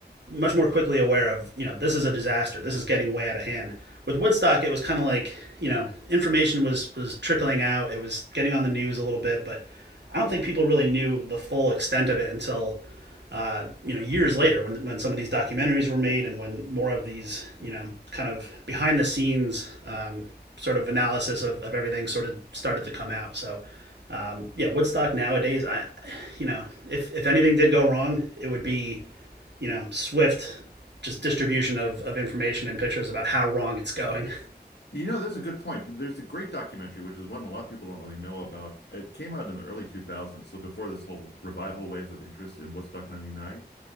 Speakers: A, on the right; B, on the left.
A: much more quickly aware of you know this is a disaster this is getting way out of hand with woodstock it was kind of like you know information was was trickling out it was getting on the news a little bit but i don't think people really knew the full extent of it until uh, you know years later when when some of these documentaries were made and when more of these you know kind of behind the scenes um, sort of analysis of, of everything sort of started to come out so um, yeah woodstock nowadays i you know if if anything did go wrong it would be you know swift just distribution of, of information and pictures about how wrong it's going
B: You know, that's a good point. There's a great documentary, which is one a lot of people don't really know about. It came out in the early 2000s, so before this whole revival wave of interest in Woodstock 99.